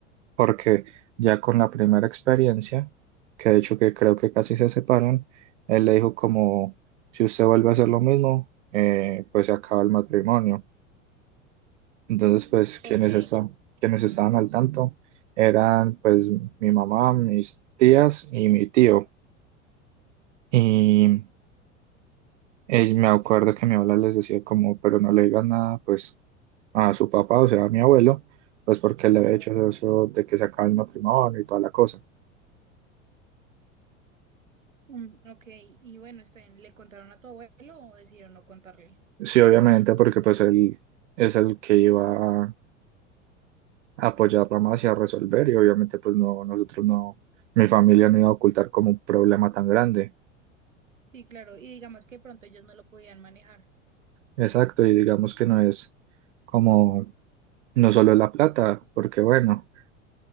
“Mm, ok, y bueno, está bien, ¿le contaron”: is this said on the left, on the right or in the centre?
Right